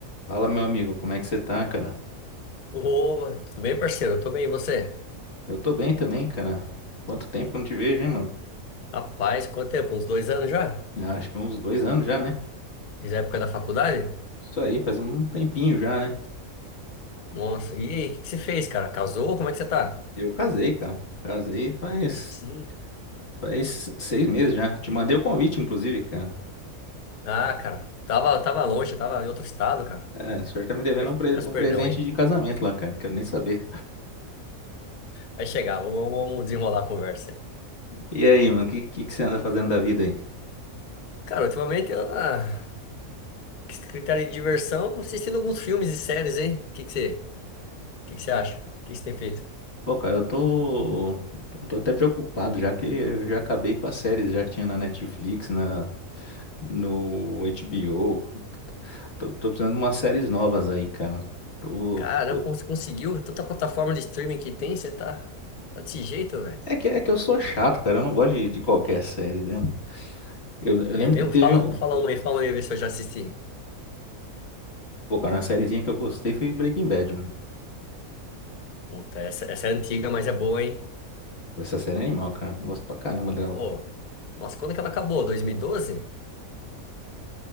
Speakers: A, on the left (about 50°); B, on the left (about 85°).
A: Fala, meu amigo, como é que você tá, cara?
B: Ô, tudo bem, parceiro? Eu tô bem, e você?
A: Eu tô bem também, cara. Quanto tempo que eu não te vejo, hein, mano?
B: Rapaz, quanto tempo? Uns dois anos já?
A: Já Acho que uns dois anos já, né?
B: Desde a época da faculdade?
A: Isso aí, faz um tempinho já, né?
B: Nossa, e aí, o que que você fez, cara? Casou? Como é que você tá?
A: Eu casei, cara. Casei faz,
B: E Sim.
A: faz seis meses já. Te mandei o convite, inclusive, cara.
B: Ah, cara, tava, tava longe, tava em outro estado, cara.
A: É, o senhor tá me devendo
B: Mas
A: um, pre-
B: Peço
A: um
B: perdão
A: presente
B: aí.
A: de casamento lá, cara. Quero nem saber.
B: Vai chegar, vamos, vamos desenrolar a conversa aí.
A: E aí, mano, o que, que, que você anda fazendo da vida aí?
B: Cara, ultimamente, eu, ah, critério de diversão, assistindo alguns filmes e séries, hein? O que que você, o que que você acha? O que que você tem feito?
A: Pô, cara, eu tô, eu tô até preocupado, já que eu já acabei com as séries já que tinha na Netflix, na, no HBO. Tô, tô precisando de umas séries novas aí, cara. Tô-
B: Caramba,
A: tô-
B: como você conseguiu? Tanta plataforma de streaming que tem, você tá, tá desse jeito, velho.
A: É que, é que eu sou chato, cara. Eu não gosto de, de qualquer série, né? Eu, eu
B: É
A: lembro
B: mesmo?
A: que teve
B: Fala,
A: um.
B: fala uma aí, fala uma aí, vê se eu já assisti.
A: Pô, cara, uma sériezinha que eu gostei foi Breaking Bad, mano.
B: Puta, essa, essa é antiga, mas é boa, hein?
A: Essa série é animal, cara. Eu Gosto pra caramba dela.
B: Pô, nossa, quando que ela acabou? 2012?